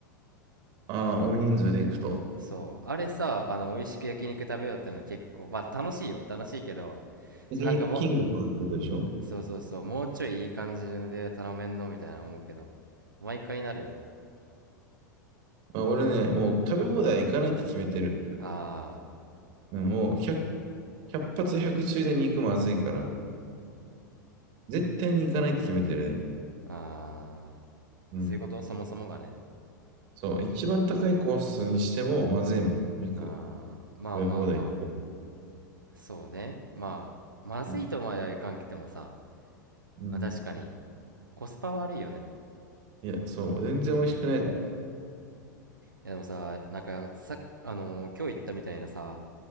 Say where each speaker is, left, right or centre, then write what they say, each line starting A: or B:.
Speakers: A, on the right; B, on the right.
A: ああ、大人数で行くと。
B: そう。あれさ、あの、美味しく焼肉食べようってのは結構、まあ楽しいよ。楽しいけど、
A: 焼肉キングとかってことでしょ
B: なんかもう、そうそうそう、もうちょいいい感じで頼めんのみたいな思うけど、毎回なるよね。
A: あ、俺ね、もう食べ放題行かないって決めてる。
B: あ
A: うん、もう100、ひゃっ発100中で肉まずいから、絶対に行かないって決めてるね。
B: ー、あ
A: うん。
B: ー、そういうことそもそもがね。
A: そう、一番高いコースにしてもまずいもん、肉。
B: あー、まあまあま
A: 食べ放題って。
B: あ、そうね。まあ、まずいとまではいかんくてもさ、
A: うん。うん
B: まあ確かにコスパ悪いよね
A: いや、そう、全然美味しくないから。
B: うんいやでもさなんかさあのー今日言ったみたいなさ